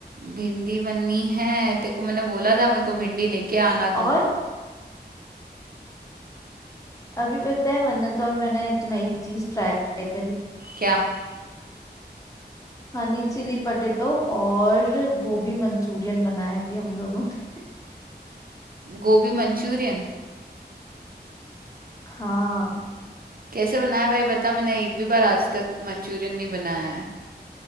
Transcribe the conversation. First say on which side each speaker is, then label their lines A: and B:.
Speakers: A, on the right; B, on the left.
A: भिंडी बननी है देखो मैंने बोला था मेरे को भिंडी लेके आना
B: और
A: तू
B: अभी पता है मन्नत और मैंने एक नई चीज ट्राई करी
A: क्या
B: Honey chilli potato और गोभी मंचूरियन बनाया अभी हम दोनों ने
A: गोभी मंचूरियन
B: हाँ
A: कैसे बनाया भाई बता मैंने एक भी बार आज तक मंचूरियन नहीं बनाया है